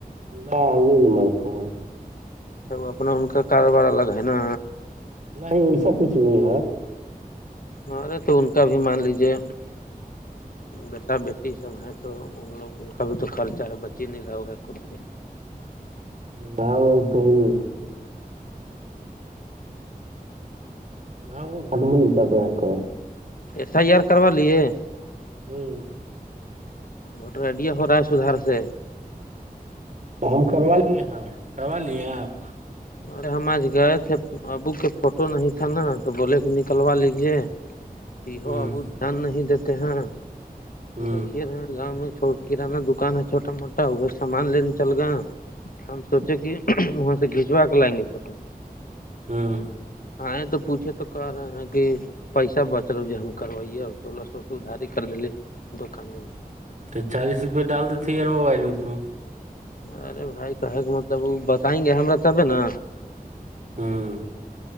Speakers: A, on the right; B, on the left.
A: نہ نہیں ن مرتا ہے
B: سب اپنا ہ کاا کاروبار الگ ہے نا
A: نہیں ویسا کچھ نہیں ہے
B: ااںرے تو ان کا بھی مان لیجیے بیٹا بی سب ہیں تو ان لوگ ان کا بھی تو خرچہ ہے بچی نہیں رہا ہوا کرتے
A: ہاں ب کہ ہی نہیں ہ وہ گھر میں نک ہے کر
B: ایف آئی آر کروا لیے
A: ہوں
B: بوٹر ا خد ہے سدار سے
A: ہم کروا لییے ہیں کروا لییے آپ
B: ارے ہم آج گئے تھے ابو کے فوٹو نہیں تھا نا تو بولے کے نکلوا لیجے تو
A: ہوں
B: ابو دھیان نہیں دیتے ہیں
A: ہوں
B: دیکے رہے گاؤں میں چوٹ کانہ دکان ہے چھوٹا موٹا وہ سامان لینے چل گیا ہم سوچے کہ وہاں سے کھینچوا کے لائیں گے فوٹو
A: ہاں
B: ہاں یہ تو پوچھے تو کہ رہے ہیں کہ پیسہ بچ لو ج ہم کروائیے سولہ سو سدھاری کر دے دکان میں
A: تو چالیس روپئے ڈال دیتےے یار موبائل میں تو
B: ارے بھائی کہے کے مطلب وہ بتائیں گے ہمرا تبے نا
A: ہاں